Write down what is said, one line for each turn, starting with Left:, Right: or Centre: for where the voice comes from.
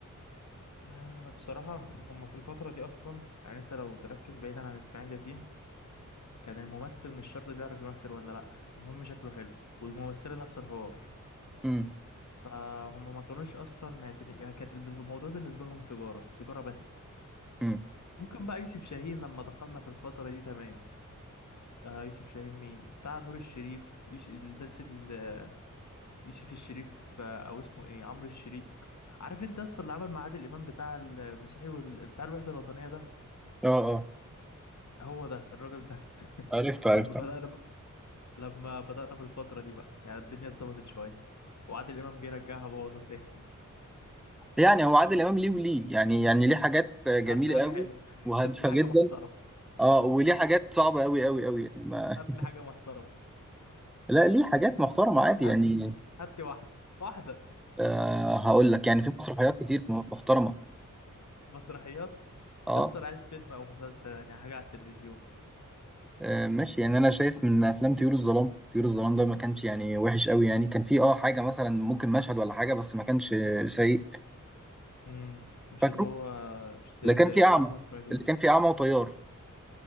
Left: لا بصراحه هما في الفتره دي اصلا يعني انت لو تركز بعيدا عن اسماعيل ياسين كان الممثل مش شرط بيعرف يمثل ولا لا المهم شكله حلو والممثله نفس الحوار
Centre: امم
Left: فهم ما كانوش اصلا معتمد يعني كانت الموضوع بالنسبه لهم تجاره تجاره بس
Centre: امم
Left: ممكن بقى يوسف شاهين لما دخلنا في الفترة دي تمام آه يوسف شاهين مين بتاع نور الشريف يوسف الناس ال- يوسف الشريف آه، او اسمه ايه عمرو الشريف عارف انت اصلا اللي عمل مع عادل امام بتاع المسيحي وال... بتاع الوحدة الوطنية ده
Centre: اه اه
Left: هو ده الراجل ده <laughs>
Centre: عرفته عرفته
Left: لما بدأنا ب... لما بدأنا في الفترة دي بقى يعني الدنيا اتظبطت شوية وعادل امام جه رجعها بوظها تاني
Centre: يعني هو عادل امام ليه وليه يعني يعني ليه حاجات
Left: <laughs>
Centre: جميله
Left: هات لي حاجة
Centre: قوي
Left: حلوة <laughs>
Centre: وهادفه
Left: هات لي حاجة
Centre: جدا
Left: محترمة
Centre: اه وليه حاجات صعبه قوي قوي قوي يعني ما...
Left: هات لي حاجة محترمة
Centre: لا ليه حاجات محترمه عادي
Left: هات
Centre: يعني
Left: لي هات لي واحدة واحدة
Centre: آه هقول لك يعني في مسرحيات كتير محترمه
Left: مسرحيات
Centre: اه
Left: يسطا عايز فيلم او مسلسل يعني حاجه على التلفزيون
Centre: آه، ماشي يعني انا شايف من افلام طيور الظلام طيور الظلام ده ما كانش يعني وحش قوي يعني كان فيه اه حاجه مثلا ممكن مشهد ولا حاجه بس ما كانش سيء
Left: امم مش
Centre: فاكره
Left: اللي هو مش زي
Centre: اللي
Left: الباقي
Centre: كان فيه
Left: بصراحة
Centre: اعمى
Left: ما سمعتوش
Centre: اللي كان فيه اعمى وطيار